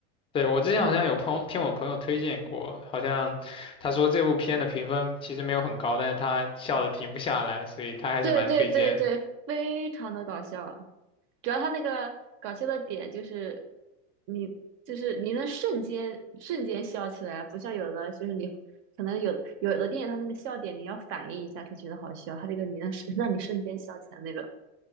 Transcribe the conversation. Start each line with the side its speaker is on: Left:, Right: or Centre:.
Left: 对，我之前好像有朋听我朋友推荐过，好像他说这部片的评分其实没有很高，但是他笑的停不下来，所以他还是蛮推荐的。
Right: 对对对对，非常的搞笑，主要他那个搞笑的点就是你就是你能瞬间瞬间笑起来，不像有的就是你可能有有的电影它那个笑点你要反应一下才觉得好笑，它这个你能瞬 <laughs> 让你瞬间笑起来那种，